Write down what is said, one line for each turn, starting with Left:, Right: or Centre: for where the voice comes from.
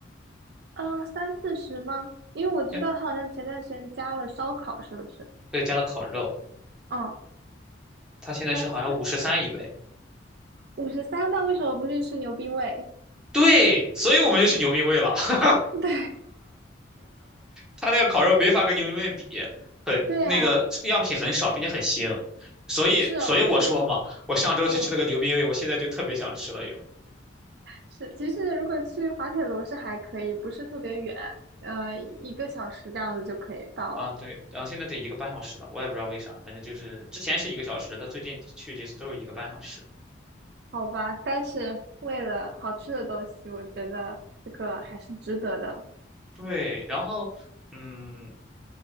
Right: 呃，三四十吗？因为我知道他好像前段时间加了烧烤，
Centre: 现
Right: 是不是？
Centre: 对，加了烤肉，
Right: 嗯，
Centre: 它现在是好像五十三一位。
Right: 三四五十三，五十三那为什么不去吃牛逼味？
Centre: 对，所以我们就去牛逼味了。<laughs>
Right: <laughs> 对，
Centre: 他那个烤肉没法跟牛逼味比，很那个样品很少，
Right: 对呀，
Centre: 并且很腥。所以，
Right: 是，
Centre: 所以我说嘛，
Right: 我觉得。
Centre: 我上周去吃了个牛逼味，
Right: 嗯，
Centre: 我现在就特别想吃了又。
Right: 是，其实如果去滑铁卢是还可以，不是特别远，呃，一个小时这样子就可以到了，
Centre: 啊，对，然后现在得一个半小时了，我也不知道为啥，反正就是之前是一个小时，但最近去几次都是一个半小时。
Right: 好吧？但是为了好吃的东西，我觉得这个还是值得的。
Centre: 对，然后，嗯，